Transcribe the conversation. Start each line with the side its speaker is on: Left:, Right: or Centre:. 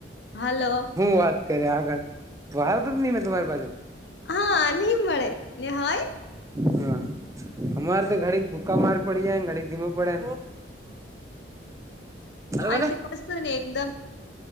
Left: હાલો
Right: હું વાત કરી આગળ આયો તો જ નહી મેં તમારી બાજુ
Left: હા નિમ મળળે નેહય
Right: હમ અમારે તો ઘડીક ભૂકા માર પડી જાય ઘડી ધીમો પડે
Left: આ
Right: અરે
Left: તો કશું નહીં એકદમ